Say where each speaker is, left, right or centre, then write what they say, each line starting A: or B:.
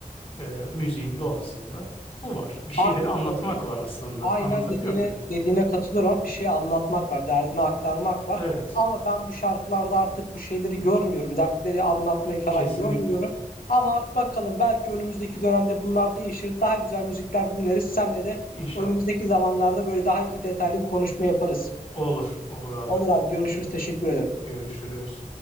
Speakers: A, on the left; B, on the left.
A: e, müziğin doğasında bu var. Bir şeyleri
B: Aynen
A: anlatmak
B: öyle.
A: var aslında.
B: Aynen
A: Anlatabiliyor
B: dediğine
A: muyum?
B: dediğine katılıyorum ama bir şey anlatmak var, derdini aktarmak var.
A: Evet,
B: Ama ben bu şarkılarda artık bu şeyleri görmüyorum. Dertleri anlatmayı falan
A: kesinlikle.
B: görmüyorum. Ama bakalım belki önümüzdeki dönemde bunlar değişir. Daha güzel müzikler dinleriz. Senle de
A: İnşallah.
B: önümüzdeki zamanlarda böyle daha detaylı bir konuşma yaparız.
A: Olur, olur abi.
B: Olur abi görüşürüz. Teşekkür ederim.
A: Görüşürüz.